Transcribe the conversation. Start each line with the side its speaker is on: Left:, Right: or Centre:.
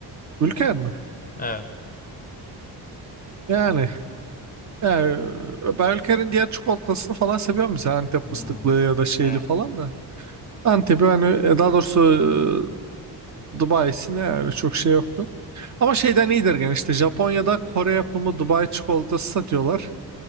Right: Ülker mi?
Left: Evet.
Right: Yani, yani ben Ülker'in diğer çikolatasını falan seviyorum mesela Antep
Left: Hmm.
Right: fıstıklı ya da şeyli
Left: Evet.
Right: falan da. Antep'i hani e, daha doğrusu e, Dubai'si ne yani çok şey yoktu. Ama şeyden iyidir gene işte Japonya'da Kore yapımı Dubai çikolatası satıyorlar.